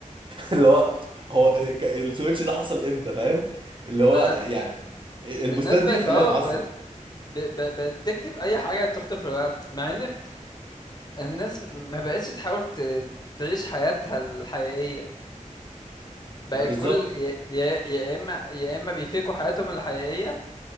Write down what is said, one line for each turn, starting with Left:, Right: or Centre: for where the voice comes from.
Right: اللي هو هو ك- السويتش ده حصل امتى فاهم اللي هو
Left: ما
Right: يعني البوستات
Left: الناس
Right: دي
Left: بقت
Right: بتخليها
Left: اه
Right: اتعصب
Left: ب... ب... بتكتب اي حاجه تخطر في الورق مع ان الناس ما بقتش تحاول ت... تعيش حياتها الحقيقيه بقى
Right: ما بالظبط
Left: كل يا يا يا اما يا اما بيفيكوا حياتهم الحقيقيه